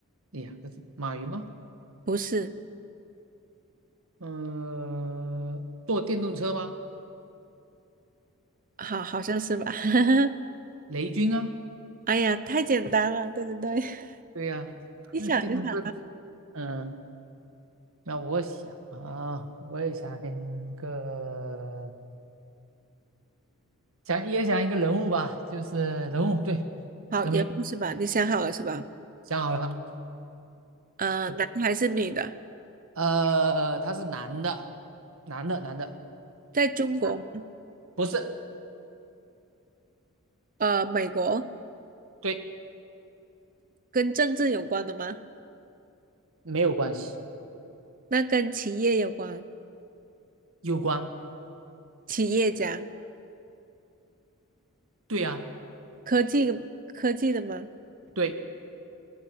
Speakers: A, on the right; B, on the right.
A: 两个字，马云吗？
B: 不是，
A: 呃，坐电动车吗？
B: 好，好像是吧？<laughs>
A: 雷军啊，
B: 哎呀，太简单了，对对对，
A: 对呀、
B: <laughs> 一想就想
A: 那电动车。<laughs> 嗯，那我想啊，我也想一个，想也想一个人物吧，就是人物，对，
B: 好，
A: 人名
B: 也不是吧？你想好了是吧？
A: 想好了。
B: 呃，
A: 对。
B: 男还是女的？
A: 呃，他是男的，男的，男的，
B: 在中国，
A: 啊，不是，
B: 呃，美国
A: 对，
B: 跟政治有关的吗？
A: 没有关系，
B: 那跟企业有关，
A: 有关，
B: 企业家，
A: 对呀，
B: 科技科技的吗？
A: 对，